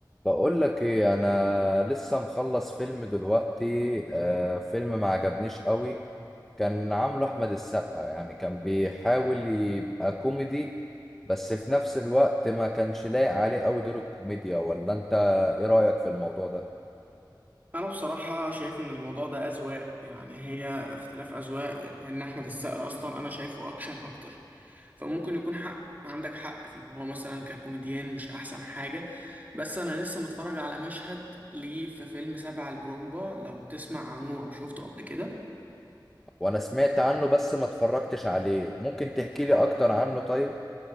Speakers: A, in the centre; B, on the right.
A: بقول لك ايه انا لسه مخلص فيلم دلوقتي آه فيلم ما عجبنيش قوي كان عامله احمد السقا يعني كان بيحاول يبقى كوميدي بس في نفس الوقت ما كانش لايق عليه قوي دور الكوميديا ولا انت ايه رأيك في الموضوع ده
B: انا بصراحة شايف ان الموضوع ده اذواق يعني هي اختلاف اذواق لان احمد السقا اصلا انا شايفه اكشن اكتر فممكن يكون حق عندك حق في ان هو مثلا ككوميديان مش احسن حاجة بس انا لسه متفرج على مشهد ليه في فيلم سبع البرومبا لو تسمع عنه او شفته قبل كده
A: وانا سمعت عنه بس ما اتفرجتش عليه ممكن تحكي لي اكتر عنه طيب